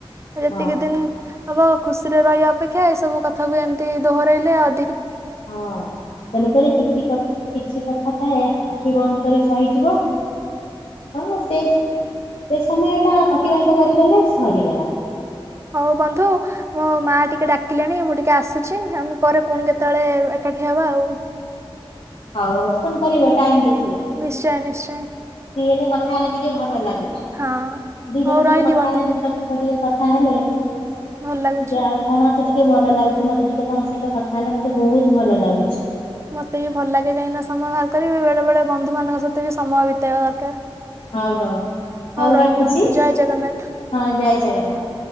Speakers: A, on the right (about 30°); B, on the left (about 75°).
A: ଯେତିକି
B: ହଁ
A: ଦିନ ହବ ଖୁସିରେ ରହିବା ଅପେକ୍ଷା ଏସବୁ କଥାକୁ ଏମିତି ଦୋହୋରେଇଲେ ଅ
B: ହଁ। ତେଣୁ କରି କିଛି କିଛି କଥା ଥାଏ ଆଖି ବନ୍ଦ କରି ସହିଯିବ। ହଁ ସେ ସେ ସମୟ ଟା ଅତିବାହିତ କରିଗଲେ ସରିଗଲା।
A: ହଉ ବନ୍ଧୁ ମୋ ମା ଟିକେ ଡାକିଲେଣି ମୁଁ ଟିକେ ଆସୁଛି, ଆମେ ପରେ ପୁଣି କେତେବେଳେ ଏକାଠି ହବା ଆଉ।
B: ହଉ ହଉ ଫୋନ କରିବ ଟାଇମ ଦେଖିଲେ।
A: ନିଶ୍ଚୟ ନିଶ୍ଚୟ।
B: ଫ୍ରି ହେଲେ କଥା ହେଲେ ଟିକେ ଭଲ ଲାଗୁଛି
A: ହଁ
B: ଦି
A: ହଉ
B: ଜଣ
A: ରହିଲି
B: ଟିକେ କଥା
A: ବନ୍ଧୁ
B: ହେଲେ ଦୁଃଖ ଟିକେ କଥା ହେଲେ ଟିକେ
A: ଭଲ ଲାଗୁଛି।
B: ଆଉ। କଣ ଅଛି ଟିକେ ଭଲ ଲାଗୁଛି ମତେ ଟିକେ ତାଙ୍କ ସହିତ କଥା ହେଲେ ମତେ ବହୁତ ଭଲ ଲାଗୁଛି।
A: ମତେ ବିି ଭଲ ଲାଗେ କାହିଁକିନା ସମୟ ବାହାର କରିବି ବେଳେ ବେଳେ ବନ୍ଧୁ ମାନଙ୍କ ସହିତ ବି ସମୟ ବିତେଇବା ଦରକାର।
B: ହଉ ହଉ ହଉ
A: ରହିଲି
B: ରଖୁଛି,
A: ବନ୍ଧୁ ଜୟ ଜଗନ୍ନାଥ।
B: ହଁ ଜୟ ଜଗନ୍ନାଥ।